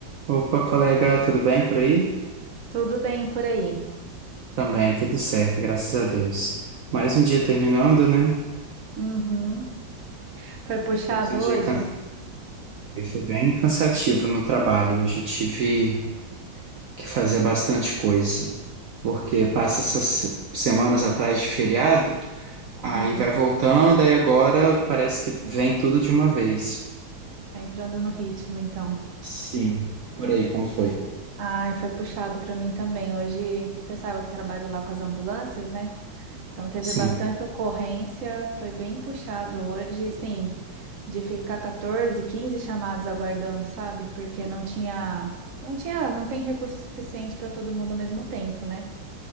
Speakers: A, on the right; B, on the right.
A: Opa, colega, tudo bem por aí?
B: Tudo bem por aí?
A: Também, tudo certo, graças a Deus. Mais um dia terminando, né?
B: Uhum. Foi puxado
A: Mais um dia
B: hoje?
A: can- foi bem cansativo no trabalho. Hoje eu tive que fazer bastante coisa, porque passa essas se- semanas atrás de feriado, aí
B: Hum.
A: vai voltando, aí agora parece que vem tudo de uma vez.
B: Tá entrando no ritmo, então.
A: Sim. E por aí, como foi?
B: Ai, foi puxado pra mim também. Hoje, você sabe que eu trabalho lá com as ambulâncias, né? Então teve
A: Sim,
B: bastante ocorrência, foi bem puxado hoje, sim, de ficar 14, 15 chamados aguardando, sabe? Porque não tinha, não tinha, não tem recurso suficiente para todo mundo ao mesmo tempo, né?